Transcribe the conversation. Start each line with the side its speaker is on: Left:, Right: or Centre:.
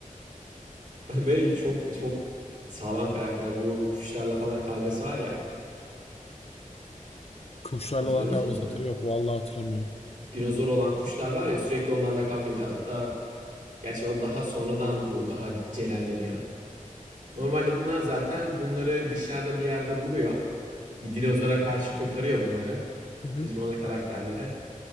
Right: <laughs> ve çok çok sağlam karakter. Bu kuşlarla falan kavgası var ya.
Left: Kuşlarla
Right: Hatırlıyor
Left: olan kavgası
Right: musun onları?
Left: hatırlıyor. Yok vallahi hatırlamıyorum.
Right: Dinozor olan kuşlar var ya sürekli onlarla kavga ediyor. Hatta gerçi o daha sonradan bu daha celalleniyor. Normalde bunlar zaten bunları dışarıda bir yerde buluyor. Bir dinozora karşı kurtarıyor bunları.
Left: Hı hı.
Right: Bizim ana karakterleri.